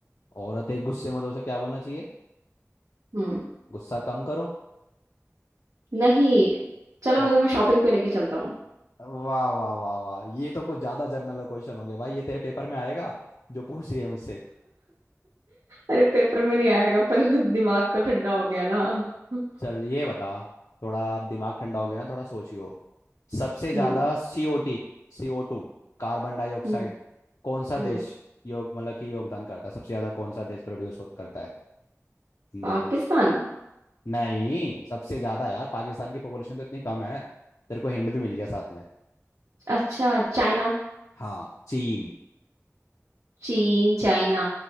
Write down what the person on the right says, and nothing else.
हम्म
नहीं चलो
मैं तुम्हें शॉपिंग पे लेके चलता
अरे पेपर में नहीं आएगा पर दिमाग तो ठंडा हो गया ना हम्म
हम्म
हम्म
हम्म।
पाकिस्तान
अच्छा चाइना
चीन चाइना